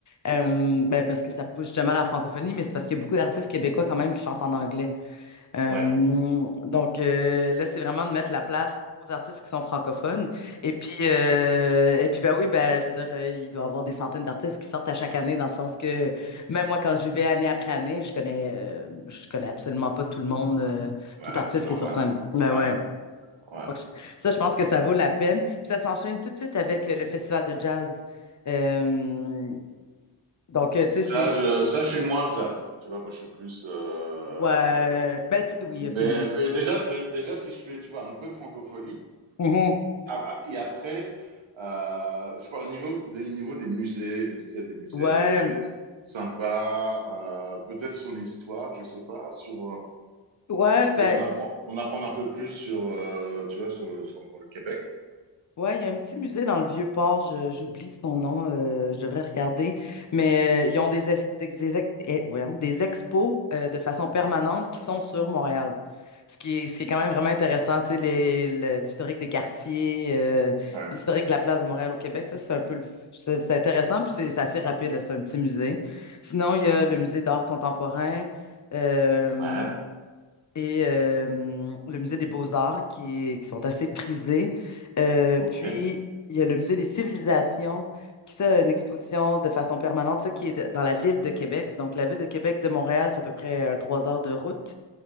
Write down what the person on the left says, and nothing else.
Euh, ben, parce que ça pousse justement à la francophonie, mais c'est parce qu'il y a beaucoup d'artistes québécois quand même qui chantent en anglais. Euh,
donc euh, là, c'est vraiment de mettre la place aux artistes qui sont francophones. Et puis, euh, et puis ben oui, ben, je veux dire, euh, il doit y avoir des centaines d'artistes qui sortent à chaque année, dans le sens que même moi, quand j'y vais année après année, je connais, euh, je connais absolument pas tout le monde, euh,
tout artiste
qui est sur scène. Ben
ouais.
Donc, je- ça, je pense que ça vaut la peine. Puis ça s'enchaîne tout de suite avec euh, le festival de jazz. Euh, donc,
euh, tu sais, c'est...
Ouais. Ben, tu- oui,
OK, oui.
Mhm.
Ouais,
ouais, ben,
ouais, il y a un petit musée dans le Vieux-Port, je- j'oublie son nom, euh, je devrais regarder, mais euh, ils ont des, ex- des, ex- eh, voyons, des expos euh, de façon permanente qui sont sur Montréal. Ce qui est, ce qui est quand même vraiment intéressant, tu sais, les- le- l'historique des quartiers, euh,
l'historique de la place de Montréal au Québec, ça, c'est un peu, le f- c'est c'est intéressant, puis c'est c'est assez rapide, là, c'est un petit musée. Sinon, il y a le musée d'art contemporain euh,
et euh, le musée des beaux-arts qui, est- qui sont assez prisés. Euh,
puis, il y a le musée des civilisations qui, ça, a une exposition de façon permanente, ça, qui est de- dans la ville de Québec. Donc, la ville de Québec de Montréal, c'est à peu près euh, trois heures de route